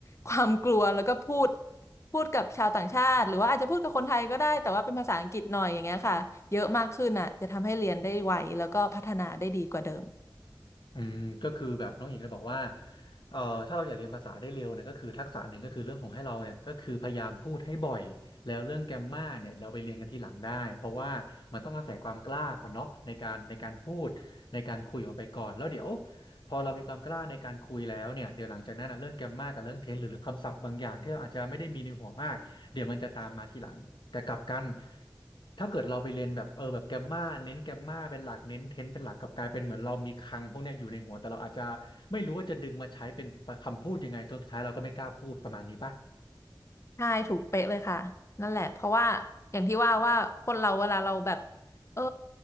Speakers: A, on the left; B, on the left.
A: ความกลัวแล้วก็พูดพูดกับชาวต่างชาติหรือว่าอาจจะพูดกับคนไทยก็ได้แต่ว่าเป็นภาษาอังกฤษหน่อยอย่างเงี้ยค่ะเยอะมากขึ้นอ่ะจะทำให้เรียนได้ไวแล้วก็พัฒนาได้ดีกว่าเดิม
B: อืมก็คือแบบน้องหญิงเลยบอกว่าเอ่อถ้าเราอยากเรียนภาษาได้เร็วเนี่ยก็คือทักษะหนึ่งก็คือเรื่องของให้เราเนี่ยก็คือพยายามพูดให้บ่อยแล้วเรื่องแกรมมาเนี่ยเราไปเรียนกันทีหลังได้เพราะว่ามันต้องอาศัยความกล้าก่อนเนาะในการในการพูดในการคุยออกไปก่อนแล้วเดี๋ยวพอเรามีความกล้าในการคุยแล้วเนี่ยเดี๋ยวหลังจากนั้นนะเรื่องแกรมมากับเรื่องเทนส์หรือคำศัพท์บางอย่างที่เราอาจจะไม่ได้มีในหัวมาก เดี๋ยวมันจะตามมาทีหลังแต่กลับกันถ้าเกิดเราไปเรียนแบบเออแบบแกมมาเน้นแกมมาเป็นหลักเน้นเทนเป็นหลักกลับกลายเป็นเหมือนเรามีคลังพวกเนี้ยอยู่ในหัวแต่เราอาจจะไม่รู้ว่าจะดึงมาใช้เป็นคำพูดยังไงจนสุดท้ายเราก็ไม่กล้าพูดประมาณนี้ปะ
A: ใช่ถูกเป๊ะเลยค่ะนั่นแหละเพราะว่าอย่างที่ว่าว่าคนเราเวลาเราแบบเออ